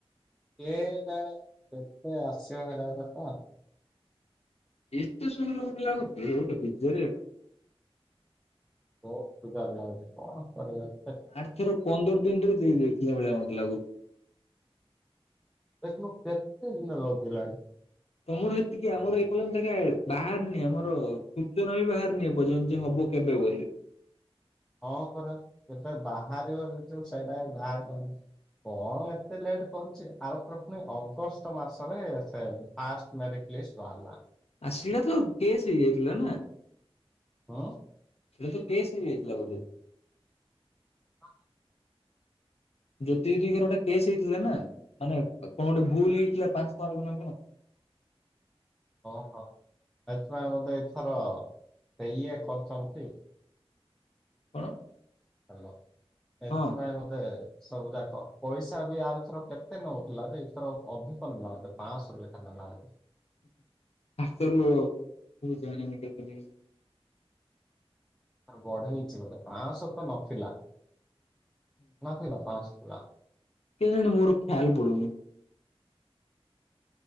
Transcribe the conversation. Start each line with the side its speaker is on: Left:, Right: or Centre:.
Centre: ଏ ନାଁ ନାଁ କେତେ ଆସିବା ହେଲାଟା ତ
Left: ଏତେ ସୁନ୍ଦର ମତେ ଲାଗୁଚି ଗୋଟେ <unintelligible>
Centre: ହଉ ସୁଧାର ଲାଗୁଚି କଣ ପରିବେଶ
Left: ଆରଥର ପନ୍ଦର ଦିନରେ ଦେଇଦେଇଥିଲା ଭଳିଆ ମତେ ଲାଗୁଛି।
Centre: ଏଥର କେତେଦିନ ଲଗେଇଲାଣି?
Left: ତମର ସେତିକି ଆମର ଏପର୍ଯ୍ୟନ୍ତ କାଇଁ ବାହାରନି ଆମର ସୂଚନା ବି ବାହାରିନି ଏ ପର୍ଯ୍ୟନ୍ତ ଯେ ହବ ଓ କେବେ ହ ବୋଲି?
Centre: ହଁ ପରା କେବେ ବାହାରିବ ଯେ ଜିନଷ ସେଇଟା ବି ବାହାର କରିନି। କଣ ଏତେ ଲେଟ କରୁଛି? ଆଉଥରେ ପୁଣି ଅଗଷ୍ଟ ମାସରେ ସେ ଫାଷ୍ଟ ମେରିଟ୍ ପ୍ଲେସ୍ ବାହାରିଲା।
Left: ଆ ସେଇଟା ତ କେସ୍ ହେଇଯାଇଥିଲା ନା।
Centre: ହଁ
Left: ସେଇଟା ତ କେସ ହେଇଯାଇଥିଲା ବୋଧେ?
Centre: <unintelligible>
Left: ଜ୍ୟୋତି ଦିଦିଙ୍କର ଗୋଟେ କେସ୍ ହେଇଥିଲା ନା, ମାନେ କଣ ଗୋଟେ ଭୁଲ ହେଇଥିଲା ପାଞ୍ଚ ମାର୍କ ନା କଣ?
Centre: <inaudible> ଓହୋ ସେଥିପାଇଁ ବୋଧେ ଏଥର ସେ ଇଏ କରୁଛନ୍ତି।
Left: କଣ?
Centre: ହ୍ୟାଲୋ ଏଥିପାଇଁ
Left: ହଁ
Centre: ବୋଧେ ସବୁ ଯାକ ପଇସା ବି ଆରଥର କେତେ ନଉଥିଲା ଯେ ଏଥର ଅଧିକ ନେଲା ପାଞ୍ଚଶହ ଲେ। <unintelligible>
Left: ମୁଁ ଜାଣିନି କେତେ ନେଇଛି?
Centre: ଆ ବଢେଇଛି ବୋଧେ ପାଞ୍ଚଶହ ତ ନଥିଲା। ନଥିଲା ପାଞ୍ଚଶହ ନା।
Left: କେଜାଣେ ମୋର ଖିଆଲ ପଡୁନି।